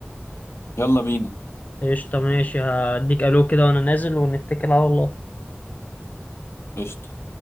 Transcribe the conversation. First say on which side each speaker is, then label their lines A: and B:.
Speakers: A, on the left; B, on the left.
A: يلا بينا
B: قشطة ماشي هديك الو كده وانا نازل ونتكل على الله
A: قشطة